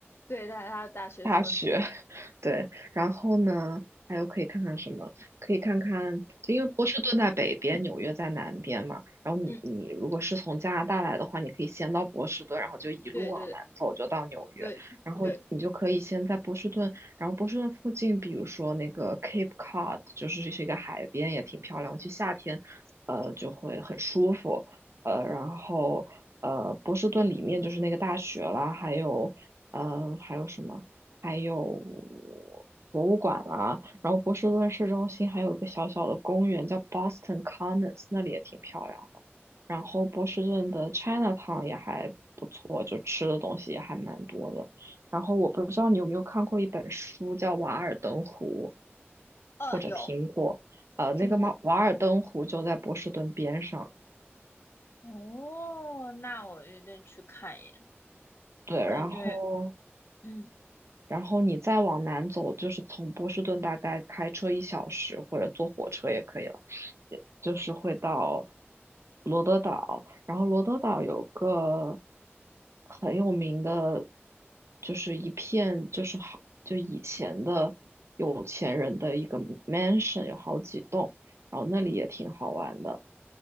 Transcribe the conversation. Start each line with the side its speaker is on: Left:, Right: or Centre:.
Left: 对，在他的大学村，
Right: 大学，<laughs> 对，然后呢，还有可以看看什么？可以看看，就因为波士顿在北边，纽约在南边嘛。然后你你如果是从加拿大来的话，
Left: 嗯，
Right: 你可以先到波士顿，然后就一路往南走，
Left: 对对对
Right: 就到纽约。
Left: 对对，
Right: 然后你就可以先在波士顿，然后波士顿附近，比如说那个 Cape Cod，就是是一个海边，也挺漂亮。去夏天，呃，就会很舒服。呃，然后呃，波士顿里面就是那个大学啦，还有呃，还有什么？还有博物馆啦、然后波士顿市中心还有一个小小的公园叫 Boston Commons，那里也挺漂亮的。然后波士顿的 Chinatown 也还不错，就吃的东西也还蛮多的。然后我不知道你有没有看过一本书叫《瓦尔登湖》，
Left: 嗯，
Right: 或者听过，
Left: 有
Right: 呃，
Left: 听过。
Right: 那个马瓦尔登湖就在波士顿边上。
Left: 哦，那我一定去看一眼，
Right: 对，
Left: 感觉
Right: 然后。
Left: 嗯。
Right: 然后你再往南走，就是从波士顿大概开车一小时，或者坐火车也可以了，也就是会到罗德岛。然后罗德岛有个很有名的，就是一片就是好就以前的有钱人的一个 mansion，有好几栋，然后那里也挺好玩的。